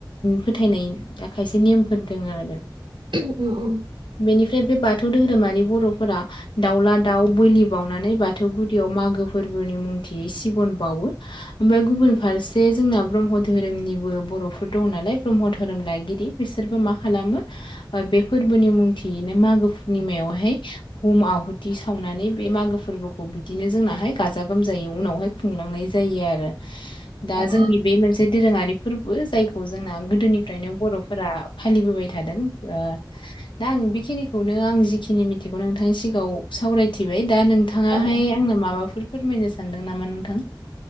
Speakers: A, on the left (about 80°); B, on the right (about 80°).
A: फोथायनाय खायसे नेमफोर दङ आरो
B: ओम ओम
A: बेनिफ्राय बे बाथौ धोरोमारि बर'फोरा दाउला दाउ बोलि बावनानै बा थौ गुदियाव मागो फोरबोनि मुंथियै सिबन बावो ओमफ्राय गुबुन फारसे जोंना ब्रह्म धोरोमनिबो बर'फोर दं नालाय ब्रह्म धोरोम लागिरि बिसोरबो मा खालामो बे फोरबोनि मुंथियैनो मागो पुर्निमायावहाय हुम आहुथि सावनानै बे मागो फोरबोखौ बिदिनो जोंनाहाय गाजा गोमजायै उनावहाय खुंलांनाय जायो आरो दा जोंनि
B: औ
A: बे मोनसे दोरोङारि फोरबो जायखौ जोंना गोदोनिफ्रायनो बर'फोरा फालिबोबाय थादों ओ दा आं बेखिनिखौनो आं जिखिनि मिथिगौ नोंथांनि सिगाङाव सावरायथिबाय दा नोंथां नोंथाङाहाय
B: औ औ
A: आंनो माबाफोर फोरमायनो सानदों नामा नोंथां